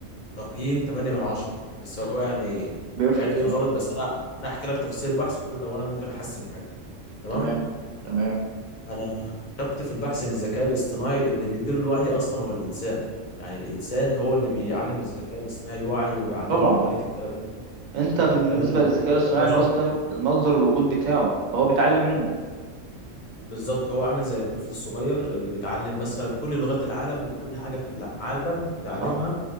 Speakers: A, on the left; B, on the right.
A: تقييم 8 من 10 بس هو يعني
B: بيرفكت
A: مش عارف ايه
B: يعني
A: الغلط بس انا انا احكي لك تفاصيل البحث وتقول لي لو انا ممكن احسن حاجه تمام
B: تمام تمام
A: انا كتبت في البحث ان الذكاء الاصطناعي اللي بيدير الوعي اصلا هو الانسان يعني الانسان هو اللي بيعلم الذكاء الاصطناعي الوعي ويعلمه
B: طبعا
A: طريقه الكلام
B: انت
A: طريقه
B: بالنسبه
A: الكلام اللي
B: للذكاء الاصطناعي
A: البشر
B: مصدر المصدر الوجود بتاعه فهو بيتعلم منه
A: بالظبط هو عامل زي الطفل الصغير اللي بيتعلم مثلا كل لغات العالم وكل حاجه في العالم بيتعلمها
B: صح